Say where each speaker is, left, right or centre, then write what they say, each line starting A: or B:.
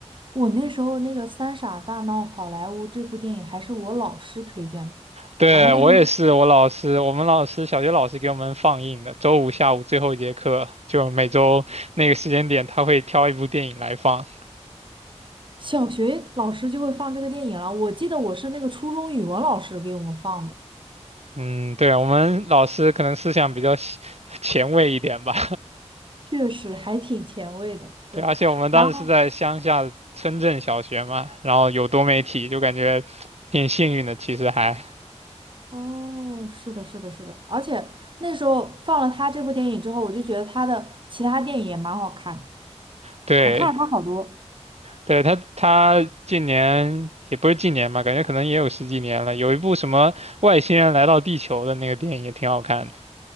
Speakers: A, on the right; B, on the right.
A: 我那时候那个《三傻大闹好莱坞》这部电影还是我老师推荐的，
B: 对，
A: 然后那时候
B: 我也是，我老师，我们老师小学老师给我们放映的，周五下午最后一节课，就每周那个时间点，他会挑一部电影来放。
A: 小学老师就会放这个电影了，我记得我是那个初中语文老师给我们放的。
B: 嗯，对，我们老师可能思想比较西前卫一点吧。
A: 确实还挺前卫的，
B: <laughs> 对，
A: 对。
B: 而且我们当时是在乡下村镇小学嘛，
A: 然后，
B: 然后有多媒体，就感觉挺幸运的，其实还。
A: 哦，是的，是的，是的，而且那时候放了他这部电影之后，我就觉得他的其他电影也蛮好看的，
B: 对，
A: 我看了他好多。
B: 对，他，他近年也不是近年吧，感觉可能也有十几年了。有一部什么外星人来到地球的那个电影也挺好看的，